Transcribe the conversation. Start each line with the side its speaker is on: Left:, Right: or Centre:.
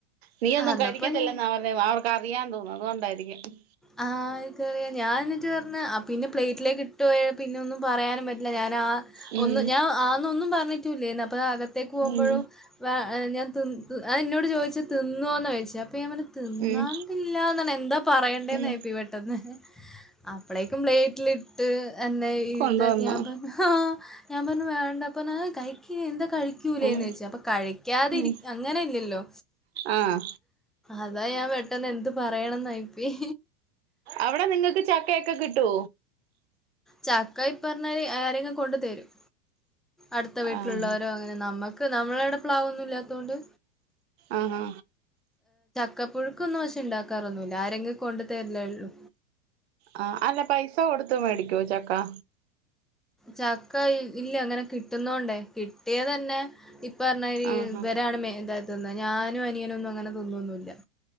Right: നീയൊന്നും
Centre: അന്നപ്പ
Right: കഴിക്കത്തില്ലെന്നാ
Centre: ഞാ
Right: പറഞ്ഞെ അവർക്കറിയാൻ തോന്നുന്നു അതുകൊണ്ടായിരിക്കും
Centre: ആ... എനിക്കറിയാം, ഞാനെന്നിട്ടു പറഞ്ഞു പിന്നെപ്ലേറ്റിലേക്കിട്ടു പോയാൽ പിന്നെയൊന്നും പറയാനുംപറ്റില്ല. ഞാനാ
Right: ഉം
Centre: ഒന്നും ഞാൻ ആന്നൊന്നും പറഞ്ഞിട്ടില്ല. അപ്പളാ അകത്തേക്കു പോകുമ്പോഴും,
Right: ഉം
Centre: അ ഞാൻ.. തി.. അ.. എന്നോടു ചോദിച്ചത് തിന്നോന്ന് ചോദിച്ചത്, അപ്പോഞാൻ പറഞ്ഞു തിന്നാണ്ടില്ലഎന്നാണ്
Right: ഉം
Centre: എന്താ പറയണ്ടേന്നായിപ്പോയി
Right: ഉം
Centre: പെട്ടെന്ന്. അപ്പളേക്കും പ്ളേ പ്ലേറ്റ് എന്നായിതൊക്കെയാകുമ്പോ,
Right: കൊണ്ടുവന്നോ
Centre: ഹ.. ഹ ഞാൻ പറഞ്ഞു വേണ്ടപ്പെന്നാ കഴിക്ക് എന്താ കഴിക്കൂലേന്നു
Right: ഉം
Centre: ചോദിച്ചു. അപ്പ കഴിക്കാതെയിരിയങ്ങനെ
Right: ഉം
Centre: യില്ലല്ലോ
Right: ആഹ്
Centre: അതാഞാൻ പെട്ടെന്നെന്തുപറയണമെന്നായിപ്പോയി.
Right: അവിടെ നിങ്ങൾക്കുചക്കയൊക്കെ കിട്ടുവോ?
Centre: ചക്കയീപറഞ്ഞാല് ആരെങ്കിലും കൊണ്ടെ തരും. അടുത്ത വീട്ടിലുള്ളവരോയങ്ങനെ
Right: ആഹ്
Centre: നമ്മക്ക് നമ്മടെയിവിടെ പ്ലാവൊന്നുമില്ലാത്തതു കൊണ്ട്
Right: അ.. ഹാ
Centre: ചക്കപുഴുക്കൊന്നും പക്ഷേ യുണ്ടാക്കാറൊന്നുമില്ല. ആരെങ്കിലും കൊണ്ടെ തരിന്നേയല്ലേയുള്ളൂ
Right: ആ, അല്ലപൈസാ കൊടുത്തുമേടിക്കുവോ ചക്കാ
Centre: ചക്ക, ഇല്ലയങ്ങനെ കിട്ടുന്നകൊണ്ടേ, കിട്ടിയ തന്നെ ഈപറഞ്ഞാ
Right: ആഹ്
Centre: ഇവരാണ് മെയിനായി തിന്നെ. ഞാനും അ നിയനുമൊന്നു മങ്ങനെതിന്നൊന്നുമില്ല